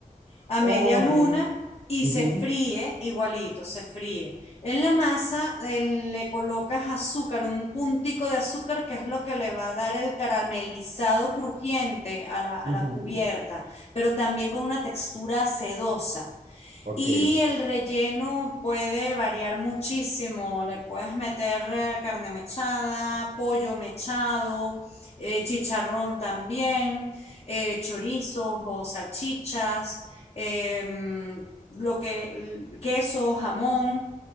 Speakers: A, on the left; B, on the right.
A: a
B: Oh,
A: media
B: ok.
A: luna y
B: Ujú,
A: se fríe igualito, se fríe. En la masa eh, le colocas azúcar, un puntico de azúcar que es lo que le va a dar el caramelizado crujiente a la, a
B: ujú.
A: la cubierta, pero también con una textura sedosa.
B: Ok,
A: Y el relleno puede variar muchísimo. Le puedes meter eh, carne mechada, pollo mechado, eh, chicharrón también, eh, chorizos o salchichas, em, lo que, l- queso, jamón,